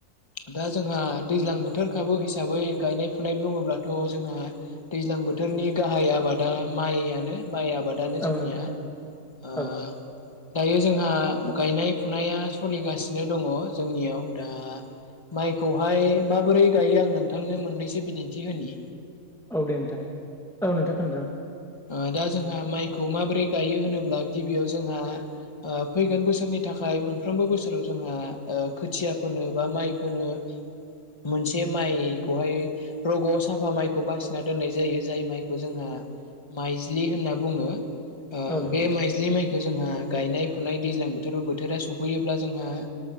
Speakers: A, on the left; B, in the centre.
A: दा जोंहा दैज्लां बोथोरखाबो हिसाबै गायनाय- फुनाय बुङोब्ला थ' जोंहा दैज्लां बोथोरनि गाहाय आबादा माइयानो। माइ आबादानो
B: औ
A: जोंनिया
B: नोंथां
A: ओ
B: औ
A: दायो जोंहा गायनाय- फुनाया स लिगासिनो दङ जोंनियाव दा माइखौहाय माबोरै गायो आं नोंथांनो मोननैसो बिदिन्थि होनि
B: औ दे नोंथां, औ नोंथां खोनादों आं
A: ओ दा जोंहा माइखौ माबोरै गायो होनोब्ला गिबियाव जोंहा ओ फैगोन बोसोरनि थाखाय मोनफ्रोमबो बोसोराव जोंहा ओ खोथिया फोनो बा माइ फोनो मोनसे माइ खौहाय रग' साफा माइखौ बासिना दोननाय जायो जाय माइखौ जोंहा,, माइजिलि होनना बुङो। ओबे
B: औ नोंथां
A: माइज्लि माइखौ जोंहा गायनाय फुनाय दैज्लां बोथोर बोथोरा सफैयोब्ला जोंहा,,